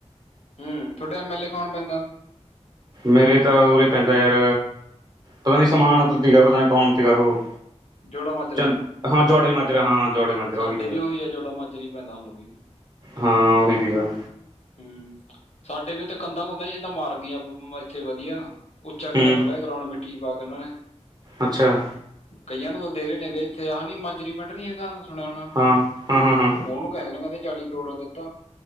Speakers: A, on the left; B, on the right.
A: ਹੂੰ, ਤੁਹਾਡੇ ਐਮ ਐਲ ਏ ਕੌਣ ਪੈਂਦਾ।
B: ਮੇਰੇ ਤਾਂ ਉਰੇ ਪੈਂਦਾ ਯਾਰ ਪਤਾ ਨੀ ਸਮਾਨ ਸੀਗਾ ਪਤਾ ਨੀ ਕੌਣ ਸੀਗਾ ਉਹ
A: ਜੋੜੋ ਮਝਰਾ।
B: ਚੰ ਹਾਂ, ਜੋੜੇ ਮਾਜਰਾ ਹਾਂ ਜੋੜੇ ਮਾਜਰਾ
A: ਸਾਡੇ
B: ਪੈਂਦਾ
A: ਵੀ ਉਹੀ ਆ ਜੋੜਾ ਮਾਜਰੀ ਪੈਂਦਾ ਸਾਨੂੰ ਵੀ
B: ਹਾਂ ਉਹੀ ਸੀਗਾ।
A: ਹੂੰ, ਸਾਡੇ ਵੀ ਉਥੇ ਕੰਧਾਂ-ਕੁੰਧਾ ਹੀਦਾਂ ਮਾਰ ਦੀਆਂ ਮ ਇੱਥੇ ਵਧੀਆਂ। ਉੱਚਾ ਕਰਿਆ
B: ਹੂੰ
A: ਥੋੜਾ ਜ ਗਰਾਉਂਡ ਮਿੱਟੀ ਚ ਪਾ ਕੇ ਉਹਨਾਂ ਨੇ।
B: ਅੱਛਾ।
A: ਕਈਆਂ ਨੂੰ ਤਾਂ ਦੇ ਰੇ ਨੇਗੇ ਇੱਥੇ ਐਹ ਨੀ ਮਾਜਰੀ ਵੱਡ ਨੀ ਹੈਗਾ। ਸੁਣਉਣਾ
B: ਹਾਂ ਹਾਂ ਹਾਂ ਹਾਂ
A: ਉਹਨੂੰ ਕਹਿੰਦੇ ਨੇ ਚਾਲੀ ਕਰੋੜ ਦਿੱਤਾ।